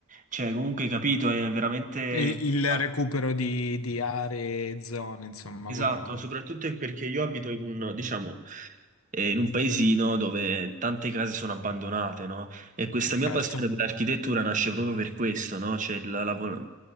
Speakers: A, on the right (about 35°); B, on the left (about 85°).
A: cioè comunque capito, è veramente...
B: E il
A: ah,
B: recupero di, di aree, zone, insomma,
A: Esatto,
B: quello
A: soprattutto perché io abito in un, diciamo, eh, in un paesino dove tante case sono abbandonate, no? E questa mia
B: certo.
A: passione per l'architettura nasce proprio per questo, no? Cioè, la- la vo-